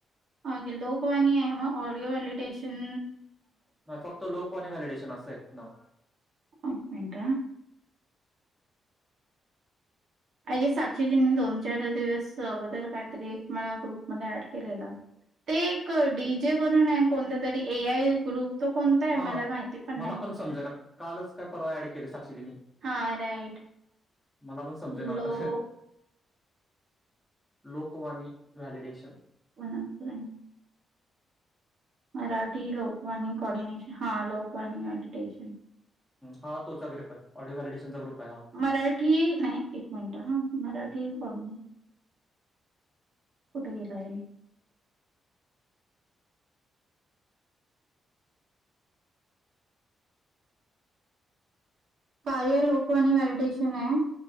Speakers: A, on the right; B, in the centre.
A: हे लोकवानीमा ऑडिओ व्हलिटेशन
B: फक्त लो कवानी व्हलिडेशन अस ना
A: ओक मिनट आय गे साक्षीजींनी दोन चार दिवस अगोदर काहीतरी एक मला ग्रुप मध्ये ऍड केलेला ते एक डी जे करून आहे कोणत्या तरी ए आय ग्रुप तो कोणता आहे
B: हा
A: मला माहिती पण
B: मला
A: नाही
B: समजेना कालच काय परवा ऍड केले साक्षीजींनी
A: हा राईट
B: मला पण समजे
A: लोकवाणी
B: ना आता लोकवानी व्हलिडेशन
A: वणम सर मराठी लोकवानी कोॉर्डिनेशन हा लोकवानी मेडिटेशन
B: हम तोचा ग्रुप ऑडीओ व्हॅवलिडेशनचा ग्रुप आहे हा
A: मराठी नाही एक मिनिट हा मराठी कोण कुठ गर आहे कार्य लोकवा वॅलिडेशन आहे